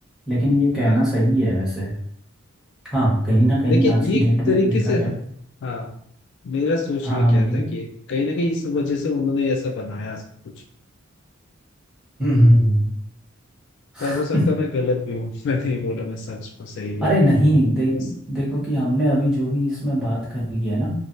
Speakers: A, in the centre; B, on the left.
A: लेकिन ये कहना
B: हाँ
A: सही है वैसे हाँ कहीं ना कहीं
B: लेकिन
A: आज की
B: ये एक
A: डेट
B: तरीके
A: में देखा
B: से
A: जाए
B: हाँ हाँ मेरा सोच
A: हाँ
B: ये
A: हाँ
B: क्या
A: बोलिए
B: था कि कहीं ना कहीं इस वजह से उन्होंने ऐसा बनाया सब कुछ
A: हम्म हम्म
B: पर
A: हम्म।
B: हो सकता है मैं गलत भी हूँ <laughs> मैं नहीं बोला मैं सच में सही हूँ
A: अरे नहीं दे,
B: बस
A: देखो कि हमने अभी जो भी इसमें बात करी है ना